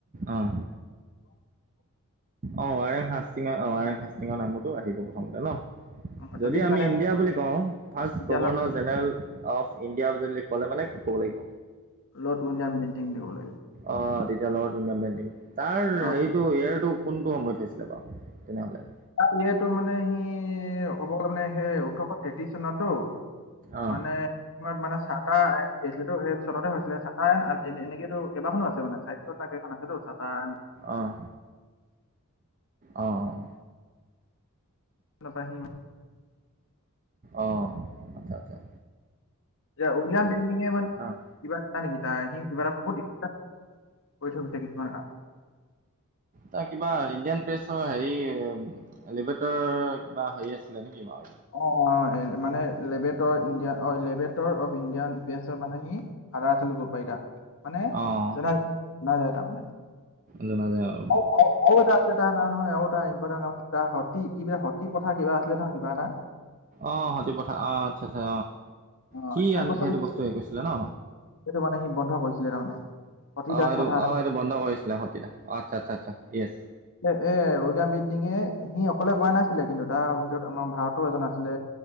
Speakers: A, on the right (about 40°); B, on the left (about 65°).
A: অঁ অঁ ৱাৰেং হষ্টিঙৰ ৱাৰেং হাষ্টিঙৰ নামতো আহিব প্ৰথমতে ন।
B: অ',
A: যদি আমি
B: মানে
A: ইণ্ডিয়া বুলি কওঁ ৰ্ফাষ্ট
B: তেতিয়াহ'লে
A: গভৰ্ণৰ জেনেৰেল অফ ইণ্ডিয়া বুলি ক'লে মানে কি ক'ব লাগিব?
B: ৰ্লড উইলিয়াম বেণ্টিং দিব লাগিব।
A: অ' তেতিয়া ৰ্লড উইলিয়াম বেণ্টিং, তাৰ
B: অ
A: হেৰিটো ইয়াৰটো কোনটো সময়ত হৈছিলে বাৰু তেনেহ'লে?
B: তাৰ ইয়েতো মানে সি ক'ব গ'লে মানে সেই ওঠৰশ তেত্ৰিশ চনততো।
A: অঁ
B: মানে সময়ত মানে চা <unintelligible> চনতে হৈছিলে চাহাহ। তেনে এনে-এনেকেতো কেইবাখনো আছে, মানে চাৰিখন নে কেইখন আছেটো চাটাৰ
A: অহ অঁ অঁ
B: নাপাইহি মানে।
A: অঁ আচ্ছা আচ্ছা।
B: এতি উইলিয়াম বেনটিঙে মানে
A: অঁ
B: কিবা নেকি তাৰ সি কিবা এটা বুত <unintelligible> কৰি থৈ গৈছে কিছুমান কাম।
A: তাৰ কিবা ইণ্ডিয়ান প্ৰেছৰ হেৰি এলভেটৰ কিবা হেৰি আছিলে নেকি বাৰু?
B: অ' মানে লেবেটৰ ইণ্ডিয় অ' লেবেটৰ অফ ইণ্ডিয়ান প্ৰেছে মানে সি সাধা ল পাৰ তা মানে
A: অঁ
B: জ-জনা যায় তাৰমানে।
A: জনা যায় আৰু
B: <unintelligible> আৰু এটা আছে নহয় আৰু তাৰমানে এটা ইম্পৰ্টেণ্ট কাম। তাৰ সতি কিবা সতি পথা কিবা আছিলে নহয় কিবা এটা।
A: আহ সতিপথা অ' আচ্ছা আচ্ছা,
B: অ
A: সি
B: সেই
A: আন
B: বস্তুটো
A: সেইটো বস্তু হেৰি কৰিছিলে ন।
B: সেইটো মানে সি বন্ধ কৰিছিলে তাৰমানে। সতী
A: অ'
B: দাস
A: সেটু
B: প্ৰথা এটা
A: অ' বন্ধ কৰিছিলে, সতি দাহ আচ্ছা আচ্ছা আচ্ছা ইয়েচ।
B: এ এ উইলিয়াম বেণ্টিঙে সি অকলে ক'ৰা নাছিলে, কিন্তু তাৰ ভিতৰত আমাৰ ভাৰতৰ এজন আছিলে।